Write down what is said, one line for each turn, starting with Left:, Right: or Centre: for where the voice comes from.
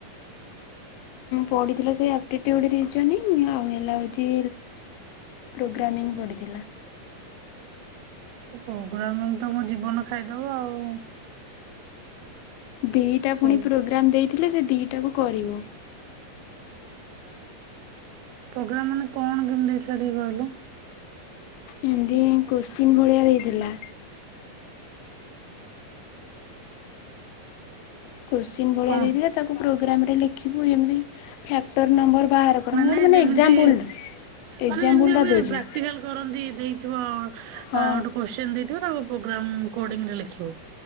Left: ପଢିଥିଲା ସେଇ ଆକ୍ଟୀଭିଟି ଗୋଟେ ରିଜିଓନିଂ ଆଉ ହେଲା ହୋଉଚି ପ୍ରୋଗ୍ରାମିଂ ପଡିଥିଲା।
Right: ସେ ପ୍ରୋଗ୍ରାମିଂ ତ ମୋ ଜୀବନ ଖାଇଦବ ଆଉ।
Left: ଦିଇଟା
Right: ସେ
Left: ଫୁଣି ପ୍ରୋଗ୍ରାମ ଦେଇଥିଲେ ସେ ଦିଇଟାକୁ କରିବ।
Right: ପ୍ରୋଗ୍ରାମ ମାନେ କଣ କେମିତି ହେଇଥିଲା ଟିକେ କହିଲୁ।
Left: ଏମିତି କୋଶ୍ଚିନ ଭଳିଆ ଦେଇଥିଲା। କୋଶ୍ଚିନ ଭଳିଅ
Right: କଣ
Left: ଦେଇଥିଲା ତାକୁ ପ୍ରୋଗ୍ରାମରେ ଲେଖିବୁ। ଏମିତି ଫ୍ୟାକଟର ନମ୍ବର ବାହାର କର
Right: ମାନେ
Left: ମୁଁ ଗୋଟେ
Right: ଯେମିତି
Left: ଏକ୍ଜାମ୍ପଲ୍ ଏକ୍ଜାମ୍ପଲ୍ଟା
Right: ମାନେ ଯେମିତି ଆମେ
Left: ଦେଉଛି
Right: ପ୍ରାକ୍ଟିକାଲ କରନ୍ତି ଦେଇଥିବ ଆ
Left: ହଁ
Right: ଗୋଟେ କୋଶ୍ଚିନ ଦେଇଥିବ ତାକୁ ପ୍ରୋଗ୍ରାମ କୋଡିଙ୍ଗରେ ଲଖିବୁ।